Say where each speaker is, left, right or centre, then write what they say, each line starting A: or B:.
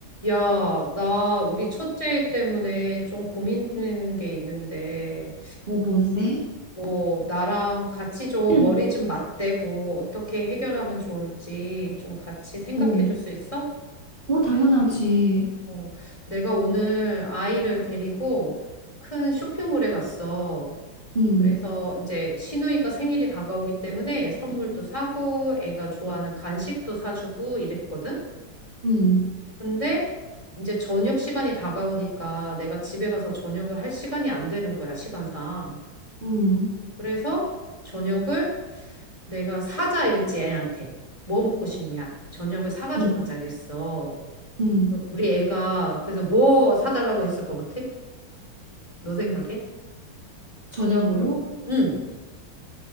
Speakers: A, on the left (about 15°); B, on the right (about 25°).
A: 야, 나 우리 첫째 때문에 좀 고민되는 게 있는데,
B: 어, 뭔데?
A: 어, 나랑 같이 좀
B: <clears throat>
A: 머리 좀 맞대고 어떻게 해결하면 좋을지 좀 같이 생각해
B: 어,
A: 줄 수 있어?
B: 어, 당연하지.
A: 어, 내가 오늘 아이를 데리고 큰 쇼핑몰에 갔어.
B: 음,
A: 그래서 이제 시누이가 생일이 다가오기 때문에 선물도 사고 애가 좋아하는 간식도 사주고 이랬거든?
B: 음,
A: 근데 이제 저녁 시간이 다가오니까 내가 집에 가서 저녁을 할 시간이 안 되는 거야, 시간상.
B: 음,
A: 그래서 저녁을 내가 사자 이랬지, 애한테. 뭐 먹고 싶냐? 저녁을 사가지고
B: 음,
A: 가자 이랬어.
B: 음.
A: 우리 애가 그래서 뭐 사달라고 했을 것 같아? 너 생각에?
B: 저녁으로?
A: 응.